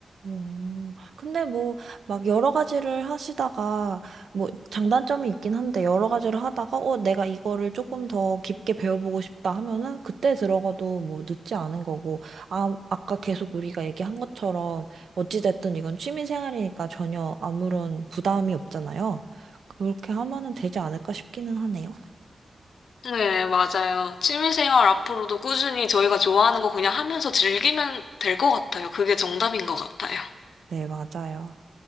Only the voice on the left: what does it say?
네, 맞아요. 취미생활 앞으로도 꾸준히 저희가 좋아하는 거 그냥 하면서 즐기면 될 것 같아요. 그게 정답인 것 같아요.